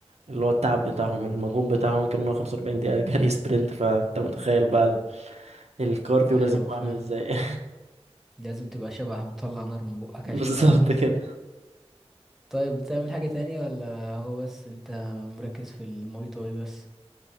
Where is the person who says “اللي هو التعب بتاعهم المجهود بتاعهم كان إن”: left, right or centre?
Right